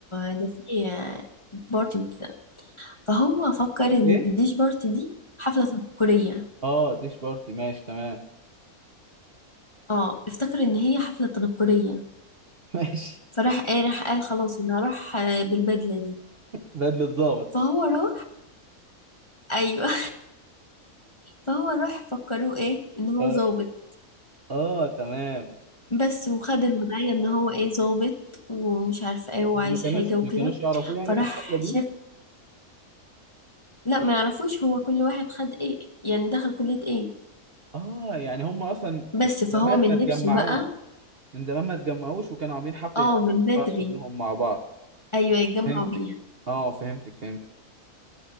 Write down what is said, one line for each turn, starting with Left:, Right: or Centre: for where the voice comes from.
Left: ده في بارتي وكده فهو فكر
Right: ايه
Left: ان الديش بارتي دي حفلة تنكرية
Right: اه ديش بارتي ماشي تمام
Left: اه افتكر ان هي حفلة تنكرية
Right: <laughs> ماشي
Left: فراح قال راح قال خلاص انا هروح آه، بالبدلة دي
Right: بدلة ضابط
Left: فهو راح <laughs> ايوه فهو راح فكروه ايه ان هو
Right: اه
Left: ظابط
Right: اه تمام
Left: بس وخد الوضعية ان هو ايه ظابط ومش عارفه ايه وعايز
Right: ما كانوش
Left: حاجة وكده
Right: ما كانوش يعرفوه يعني
Left: فراح
Right: في الحفلة دي
Left: شاف لا ما يعرفوش هو كل واحد خد ايه يعني دخل كلية ايه
Right: اه يعني هم اصلا
Left: بس فهو
Right: زمان
Left: من
Right: ما اتجمعوش
Left: لبسه بقى
Right: من زمان ما اتجمعوش وكانوا عاملين حفلة
Left: اه من بدري
Right: كلهم مع بعض
Left: ايوه يتجمعوا
Right: فهمتك
Left: بيها
Right: اه فهمتك فهمتك